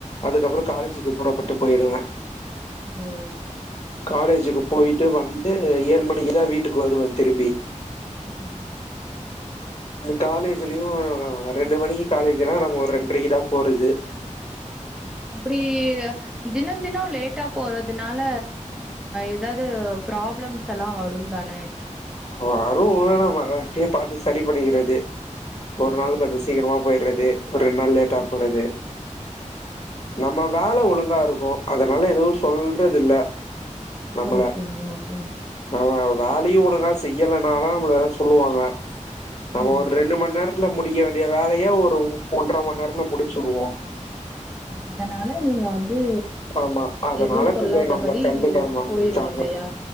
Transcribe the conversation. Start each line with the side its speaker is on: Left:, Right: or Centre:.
Left: அதுக்கப்புறம் காலேஜுக்கு புறப்பட்டு போயிருவ
Centre: உம்
Left: காலேஜுக்கு போய்ட்டு வந்து ஏழு மணிக்கு தா வீட்டுக்கு வருவ திரும்பி
Centre: <inaudible>
Left: காலேஜ்லயு ரெண்டு மணிக்கு காலேஜ்னா நம்ம ஒரு ரெண்ட்ரைக்கு தா போறது
Centre: அப்டி தினம் தினம் லேட்டா போறதுனால ஏதாது ப்ராப்ளம் ச்சலா வரும் தான
Left: வரும் ஆனா நம்ம அப்டியே பாத்து சரி பண்ணிக்கிறது ஒரு
Centre: ஹலோ
Left: நாளுக் கொஞ்ச சீக்கிரமா போயிட்றது ஒரு ரெண்டு நாள் லேட்டா
Centre: ஆ
Left: போறது நம்ம வேல ஒழுங்கா இருக்கு அதனால எதுவும் சொல்றது இல்ல நம்மள
Centre: ஓகேங்க ஓகேங்க
Left: நம்ம வேலையு ஒழுங்கா செய்யலனாதா நம்மள எதாது சொல்லுவாங்க நம்ம
Centre: ம்
Left: ஒரு ரெண்டு மண்நேர த்துல முடிக்க வேண்டிய வேலைய ஒரு ஒன்ற மண்நேரத்துல முடிச்சுடுவோ
Centre: ஓ அதனால நீங்க வந் து
Left: ஆமா அதனால
Centre: எதுவு சொல்லாதபடி
Left: கொஞ்சோ நம்மள கண்டுக்காம
Centre: போயிரு
Left: விட்டாங்க
Centre: இல்லையா